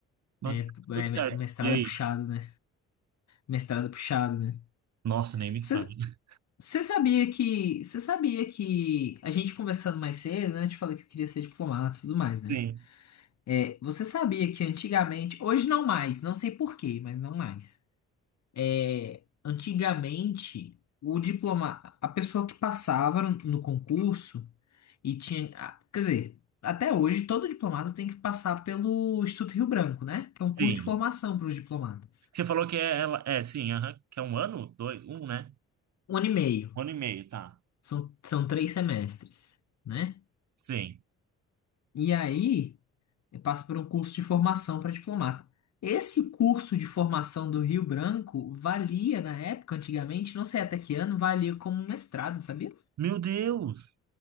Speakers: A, on the right; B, on the left.
A: mas
B: É,
A: tá
B: pu-
A: tudo
B: é,
A: certo.
B: mestrado
A: E aí?
B: é puxado, né? Mestrado é puxado, né?
A: Nossa, nem me
B: Você,
A: fale. <laughs>
B: você sabia que, você sabia que a gente conversando mais cedo, né? Eu te falei que eu queria ser diplomata e tudo mais, né?
A: Sim,
B: É, você sabia que antigamente, hoje não mais, não sei por quê, mas não mais. É, antigamente, o diploma, a pessoa que passava no, no concurso e tinha, ah, quer dizer, até hoje todo diplomata tem que passar pelo Instituto Rio Branco, né? Que é
A: sim.
B: um curso de formação para os diplomatas.
A: Você falou que é ela, é sim, aham, que é um ano, dois, um, né?
B: Um ano e meio,
A: Um ano e meio, tá?
B: são, são três semestres, né?
A: Sim.
B: E aí passa por um curso de formação para diplomata. Esse curso de formação do Rio Branco valia na época, antigamente, não sei até que ano, valia como um mestrado, sabia?
A: Meu Deus.